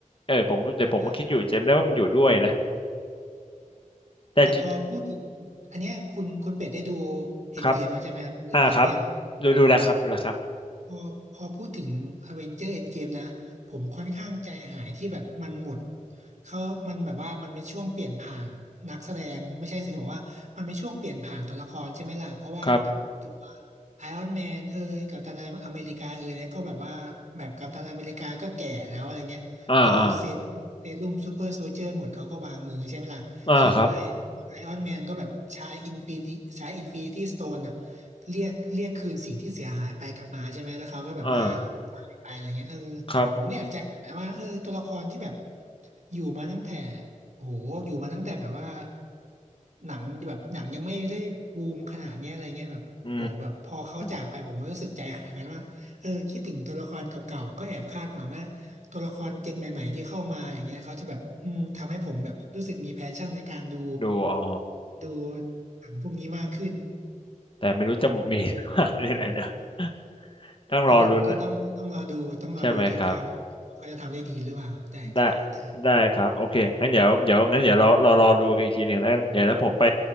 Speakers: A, on the left; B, on the right.
A: เออผมแต่ผมก็คิดอยู่จำได้ว่ามันอยู่ด้วยนะ
B: องได้ครับอยู่อยู่
A: แต่จิ
B: แต่พอพูดถึงอันเนี้ยคุณคุณเป็ดได้ดูเอ็นเกมแล้วใช่ไหมครับดูเอ็นเกมหรือยัง
A: ครับอ่าครับดูดูแลครับดูแลครับ
B: พอพอพูดถึง Avenger Endgame นะผมค่อนข้างใจหายที่แบบมันหมดเขามันแบบว่ามันเป็นช่วงเปลี่ยนผ่านนักแสดงไม่ใช่สิจะบอกว่ามันเป็นช่วงเปลี่ยนผ่านตัวละครใช่ไหมล่ะเพราะว่าแบบตัว
A: ครับ
B: ไอรอนแมนเอ่ยกัปตันอเมริกาเอ่ยเนี่ยก็แบบว่าแบบกัปตันอเมริกาก็แก่แล้วอะไรเงี้ยพอเซรุ่มเซรุ่มซูเปอร์โซลเจอร์หมดเขาก็วางมือใช่ไหมล่ะส่วนไอส่วนไอรอนแมนก็แบบใช้อินฟินิใช้อินฟินิตี้สโตนอ่ะ
A: อ่าอ่าอ่าครับ
B: เรียกเรียกคืนสิ่งที่เสียหายไปกลับมาใช่ไหมแล้วเขาก็แบบว่า
A: อ่า
B: หายไปอะไรเงี้ยเออ
A: ครับ
B: ผมก็แอบใจหายนะว่าเออตัวละครที่แบบอยู่มาตั้งแต่โอ้โหอยู่มาตั้งแต่แบบว่าหนังแบบหนังยังไม่ได้บูมขนาดเนี้ยอะไรเงี้ยแบบโหแบบพอเขาจากไปผมก็รู้สึกใจหายเหมือนกันว่าเออคิดถึงตัวละครเก่าๆก็แอบคาดหวังว่าตัวละครเจนใหม่ๆที่เข้ามาอย่างเงี้ยเขาจะแบบอืมทำให้ผมแบบรู้สึกมีแพชชั่นในการดู
A: อืมดูอ๋อ
B: ดูหนังพวกนี้มากขึ้น
A: แต่ไม่รู้จะมี <laughs> หรือเปล่านี่แหละนะ <laughs> ต้องรอลุ้น
B: ก็ก็ต้องก็ต้องรอดูต้องรอดูทิศทางของเขาจะทำได้ดีหรือเปล่าใช่ใช่ใช่
A: ใช่ไหมครับ ได้ได้ครับโอเคงั้นเดี๋ยวเดี๋ยวงั้นเดี๋ยวเราเรารอดูกันอีกทีหนึ่งแล้วเดี๋ยวแล้วผมไป